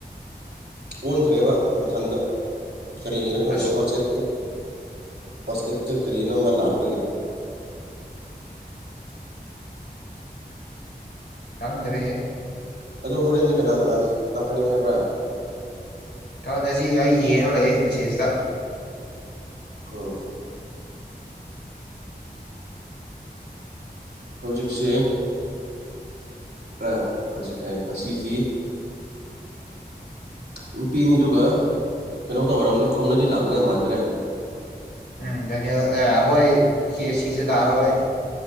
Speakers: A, on the right; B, on the left.
A: ꯑꯣꯟꯈ꯭ꯔꯦꯕ ꯃꯊꯟꯗ ꯀꯔꯤꯒꯤꯔ ꯈꯪꯗꯦ
B: ꯑꯁ
A: ꯋꯥꯆꯦꯞ ꯋꯥꯆꯑꯦꯞꯇ ꯀꯔꯤꯅꯣꯃ ꯂꯥꯛꯄꯒꯦ
B: ꯈꯪꯗ꯭ꯔꯦꯍꯦ
A: ꯑꯗꯣ ꯍꯣꯔꯦꯟꯗꯤ ꯀꯅꯥ ꯀꯅꯥ ꯂꯥꯛꯀꯅꯤ ꯍꯥꯏꯕ꯭ꯔꯥ
B: ꯊꯥꯒꯟꯗꯦ ꯑꯁꯤ ꯑꯩ ꯌꯦꯡꯅ ꯂꯩꯦ ꯃꯦꯁꯦꯖꯇ
A: ꯑꯣ ꯍꯧꯖꯤꯛꯁꯦ ꯑ ꯍꯧꯖꯤꯛꯈꯥꯏꯌꯦ ꯉꯁꯤꯗꯤ ꯅꯨꯄꯤꯅꯤ ꯑꯗꯨꯒ ꯀꯩꯅꯣ ꯇꯧ ꯑꯣꯏꯔꯝꯅꯤ ꯈꯧꯅꯗꯤ ꯂꯥꯛꯅꯤ ꯌꯥꯝ ꯃꯥꯟꯗ꯭ꯔꯦ
B: ꯎꯝ ꯗꯅꯤꯜ ꯑꯩꯈꯣꯏ ꯀꯦ ꯑꯦ ꯁꯤꯁꯦ ꯂꯥꯛꯑꯔꯣꯏ